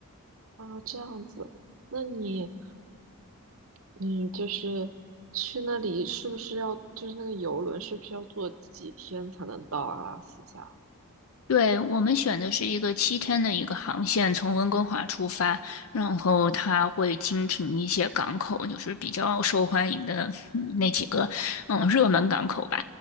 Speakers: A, on the right; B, on the left.
A: 啊，这样子，那你你就是去那里，是不是要就是那个游轮，是不是要坐几天才能到阿拉斯加？
B: 对，我们选的是一个七天的一个航线，从温哥华出发，然后它会经停一些港口，就是比较受欢迎的嗯那几个，嗯，热门港口吧。